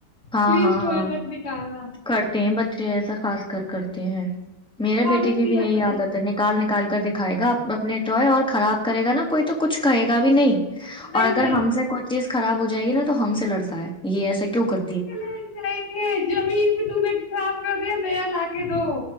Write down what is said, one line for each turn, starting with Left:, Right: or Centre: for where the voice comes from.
Centre: ہاں
Left: پلیز
Centre: ہاں
Left: ٹوئے
Centre: ہاں
Left: مت نکالنا
Centre: کرتے ہیں بچے ایسا خاص کر کرتے ہیں
Left: توڑوا
Centre: میرے بیٹی
Left: لیتی
Centre: کی بھی
Left: ہے
Centre: یہی
Left: اپنے
Centre: عادت ہے نکال نکال کے دکھائے گا اپنے تو ہے اور خراب کرے گا نا کوئی تو کچھ کہے گا بھی نہیں
Left: نہیں
Centre: اور اگر
Left: نہیں
Centre: ہم سے کوئی چیز خراب ہو ج جائے گی نا تو ہم سے لڑتا ہے یہ ایسا کیوں کر
Left: لٹ جائیں گے زمین بھی تو ن صاف کر د نیا لگے دو